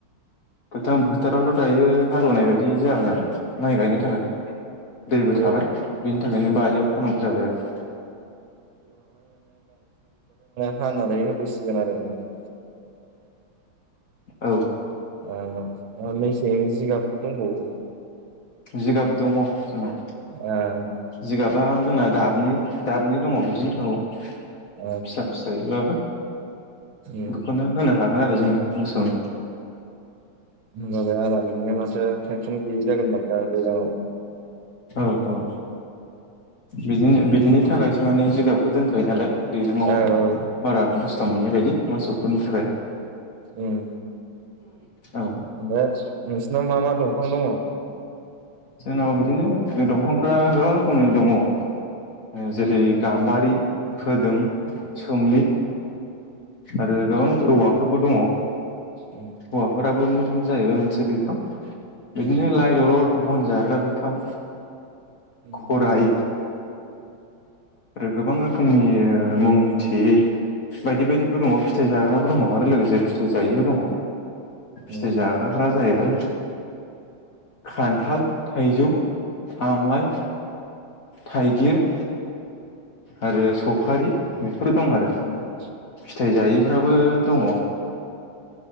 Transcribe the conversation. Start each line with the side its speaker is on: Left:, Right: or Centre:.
Left: गोथां फोथारावथ' दायो हालेवनाय बायदि जाबाय नालाय माइ गायनो थाखाय दैबो
Right: ओ उम ओ
Left: थाबाय बिनि
Right: उम
Left: थाखायनो बारियाव खानांगौ जाबाय आरो
Right: खानानै सिगोन आरो उम
Left: औ
Right: ओ बेसेननि जिगाबफोर दंबावो
Left: जिगाब दङ' जोंनाव
Right: ओमफ्राय
Left: जिगाबा जोंना दाबनै दाबनै दङ बिदिनो औ फिसा
Right: ओ
Left: फिसायैब्लाबो
Right: उम
Left: बेखौनो होनो हा गोन आरो जोंना मोसौनो।
Right: <unintelligible> आरामैनो थो टेनसन गैयि जागोन माथो दैज्लांआव।
Left: औ औ बिदिनो बिदिनो थाखायसो माने जिगाबखौ दोनखायो नालाय दैज्लाङाव
Right: औ
Left: बारा
Right: उम
Left: खस्थ' मोनै बायदि मोसौफोरनि थाखाय
Right: ओम
Left: औ
Right: ओमफाय नोंसिनाव मा मा दं? फां दङ'
Left: जोंनाव बिदिनो दंफांफ्रा गोबां रोखोमनि दङ' जेरै
Right: उम
Left: गाम्बारि फोदोम सोमलि आरो गोबां औवाफोरबो दङ'
Right: उम
Left: हौवाफोराबो जाहैबाय मोनसे बिफां बिदिनो
Right: उम
Left: लाइ दलर बन जाग्रा बिफां
Right: उम
Left: खराइ आरो गोबां रोखोमनि मुं मिथियै बायदि बायदिबो दङ फिथाइ जाग्रााबो दङ आरो लोगोसे फिथाइ जायिबो दङ
Right: उम
Left: फिथाइ जाग्राफ्रा जाहैबाय खान्थाल, थाइजौ, आमलाइ, थाइगिर आरो सफारि बे फोर दं आरो
Right: उम
Left: फिथाइ जायैफ्राबो दङ